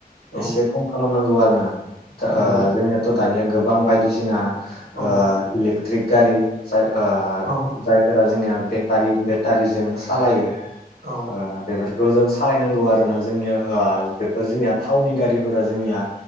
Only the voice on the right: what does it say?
औ
नंगौ
औ
औ
औ